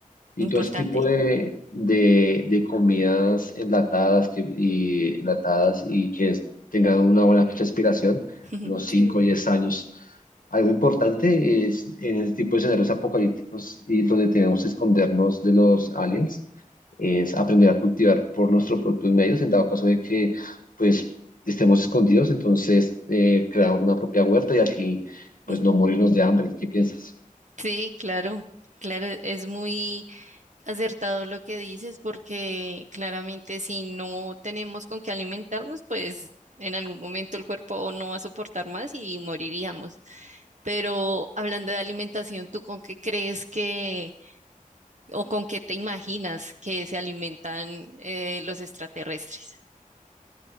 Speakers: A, on the left (about 75°); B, on the right (about 55°).
A: Y
B: importante.
A: todo ese tipo de, de, de comidas enlatadas, que, y, enlatadas y que es- tengan una buena fecha de expiración,
B: Ujú,
A: unos 5
B: Sí,
A: o 10 años. Algo importante es en este tipo de escenarios apocalípticos y donde tenemos que escondernos de los aliens, es aprender a cultivar por nuestros propios medios, en dado caso de que pues estemos escondidos, entonces eh, creamos una propia huerta y así pues
B: ujú.
A: no morirnos de hambre. ¿Qué piensas?
B: Sí, claro, claro, es muy acertado lo que dices porque claramente si no tenemos con qué alimentarnos, pues en algún momento el cuerpo o no va a soportar más y moriríamos. Pero hablando de alimentación, ¿tú con qué crees que o con qué te imaginas que se alimentan eh, los extraterrestres?